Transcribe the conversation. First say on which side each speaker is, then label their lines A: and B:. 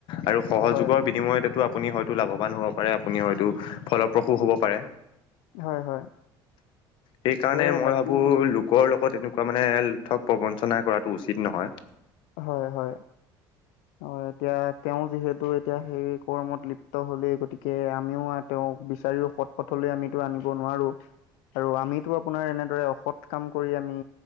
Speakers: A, on the left; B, on the left.
A: আৰু। সহযোগৰ
B: হয়
A: বিনিময়তেতো আপুনি হয়তো লাভৱান হ'ব পাৰে আপুনি হয়তো ফলপ্ৰসূ হ'ব পাৰে।
B: হয় হয়।
A: সেইকাৰণে
B: সেয়ে
A: মই
B: বাকী
A: ভাবো লোকৰ লগত এনেকুৱা মানে ঠগ প্ৰবঞ্চনা কৰাটো উচিত নহয়।
B: হয় হয়। অ' এতিয়া তেওঁ যিহেতু এতিয়া সেই কৰ্মত লিপ্ত হলেই গতিকে আমিও আত। তেওঁক বিচাৰিও সৎ পথলৈ আমিতো আনিব নোৱাঁৰো আৰু আমিতো। আপোনাৰ এনেদৰে অসৎ কাম কৰি আমি।